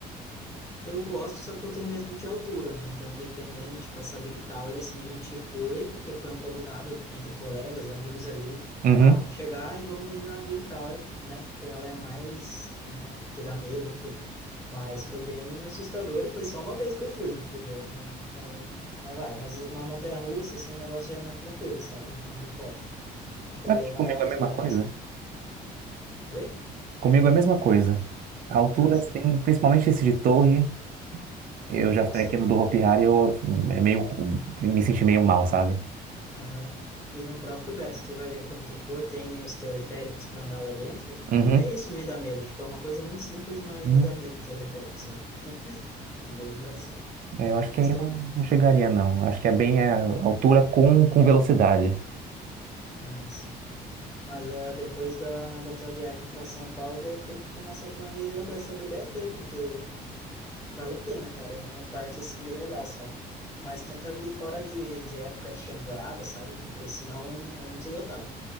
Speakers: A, on the left; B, on the right.
A: Eu gosto, só que eu tenho medo de altura, né? Então, dependendo, tipo, essa Big Tower, assim, a gente foi, porque foi um combinado entre colegas, amigos ali.
B: Uhum.
A: Ah, vamos chegar e vamos ir na Big Tower, né? Porque ela é a mais, né, que dá medo, enfim. Mas foi bem assustador e foi só uma vez que eu fui, entendeu? Não, não, não vai. Mas uma montanha-russa, assim, o negócio já é mais tranquilo, sabe? Não me importo. O problema
B: Sabe que comigo
A: é a altura
B: é a mesma coisa?
A: mesmo. Oi?
B: Comigo é a mesma coisa. A altura,
A: Ah, sim.
B: assim, principalmente esse de torre, eu
A: Nossa,
B: já fui aqui no do Hopi Hari, eu é meio, me senti meio mal, sabe?
A: Aham. E no próprio Beto, tu vai ver quando tu for, tem os teleféricos para andar lá dentro.
B: Uhum.
A: Até isso me dá medo. Tipo, é uma coisa muito simples, mas
B: Uhum.
A: me dá medo o teleférico, sabe? É bem engraçado.
B: É, Eu acho que
A: Mas
B: aí
A: tô...
B: não, não chegaria, não. Acho que é bem a altura com, com velocidade.
A: Ah, sim. Mas ah, depois da, da tua viagem para São Paulo, de repente começa planejando essa do Beto aí, porque vale a pena, cara. É, um é um parque, assim, bem legal, sabe? Mas tenta vir fora de, de época de temporada, sabe? Porque senão é muito lotado.